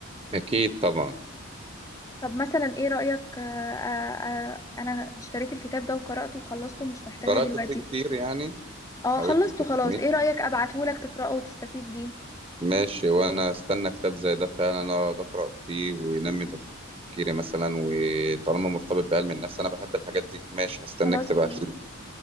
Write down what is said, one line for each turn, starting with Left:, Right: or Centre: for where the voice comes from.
Right: اكيد طبعا
Left: طب مثلا ايه رأيك آه، آه، آه، انا اشتريت الكتاب ده وقرأته وخلصته مش محتاجاه
Right: قرات
Left: دلوقتي
Right: فيه كتير يعني
Left: اه
Right: حاولت
Left: خلصته
Right: تفهمين
Left: خلاص ايه رأيك ابعتهولك تقرأه وتستفيد بيه
Right: ماشي وانا استنى كتاب زي ده فعلا اقعد اقرا فيه وينمي تفكيري مثلا وطالما مرتبط بعلم النفس انا بحب الحاجات دي ماشي هستناك
Left: خلاص
Right: تبعتيلي
Left: تمام